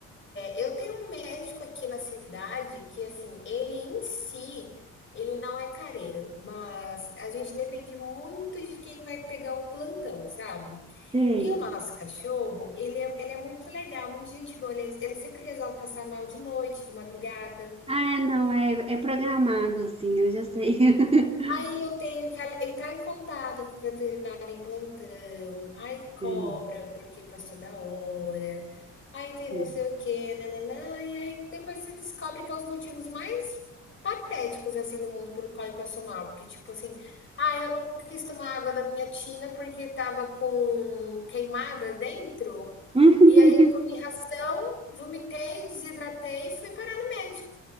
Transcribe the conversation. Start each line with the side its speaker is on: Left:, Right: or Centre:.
Left: Eu tenho um médico aqui na cidade que, assim, ele em si, ele não é careiro, mas a gente depende muito de quem vai pegar o plantão, sabe?
Right: Sei.
Left: E o nosso cachorro, ele é, ele é muito legal, muito gente boa, ele, ele sempre resolve passar mal de noite, de madrugada.
Right: Ah, é, não, é, é programado, sim, eu já sei. <laughs>
Left: Aí eu tenho que ale- entrar em contato com o veterinário em plantão. Aí cobra
Right: É,
Left: porque passou da hora. Aí tem
Right: é.
Left: não sei o quê, nananã. E aí depois se descobre que é os motivos mais patéticos assim do mundo pelo qual ele passou mal, porque tipo assim, ah, eu não quis tomar água da minha tina porque tava com queimada dentro.
Right: <laughs>
Left: E aí eu comi ração, vomitei, desidratei e fui parar no médico.